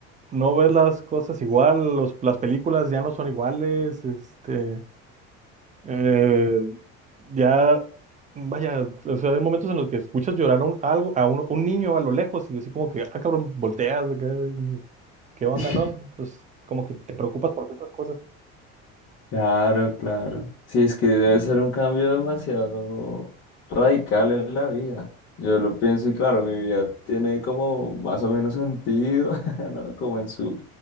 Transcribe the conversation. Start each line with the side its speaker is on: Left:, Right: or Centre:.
Right: no ves las cosas igual, los- las películas ya no son iguales, este, eh, ya, vaya, o sea, hay momentos en los que escuchas llorar a un, algo, a uno- un niño a lo lejos y así como que, ah, cabrón, volteas, acá, y dices, ¿qué onda,
Left: <laughs>
Right: no? Pues como que te preocupas por ciertas cosas.
Left: Claro, claro. Sí, es que debe ser un cambio demasiado radical en la vida. Yo lo pienso y claro, mi vida tiene como más o menos sentido, <laughs> ¿no? Como en su,